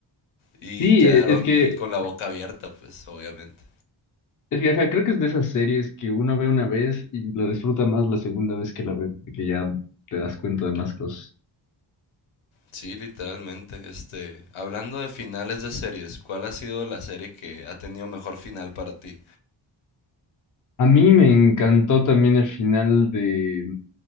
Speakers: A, on the left (about 80°); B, on the left (about 40°).
A: y
B: Sí,
A: quedaron
B: e- es que
A: con la boca abierta, pues, obviamente.
B: Es que, ajá, creo que es de esas series que uno ve una vez y lo disfruta más la segunda vez que la ve, porque ya te das cuenta de más cosas.
A: Sí, literalmente. Este, hablando de finales de series, ¿cuál ha sido la serie que ha tenido mejor final para ti?
B: A mí me encantó también el final de,